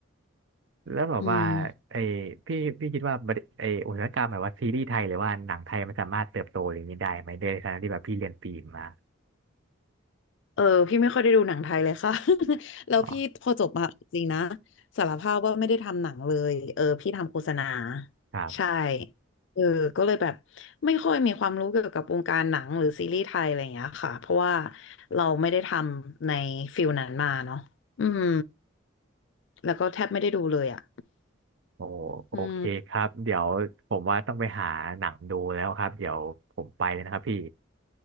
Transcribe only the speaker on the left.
อืม
เออพี่ไม่ค่อยได้ดูหนังไทยเลยค่ะ <laughs> แล้วพี่พอจบมาจริงนะ
สารภาพว่าไม่ได้ทำหนังเลยเออพี่ทำโฆษณา
ใช่เออก็เลยแบบไม่ค่อยมีความรู้เกี่ยวกับวงการหนังหรือซีรีส์ไทยอะไรอย่างเงี้ยค่ะเพราะว่าเราไม่ได้ทำในฟิลนั้นมาเนาะอืมแล้วก็แทบไม่ได้ดูเลยอะ
อืม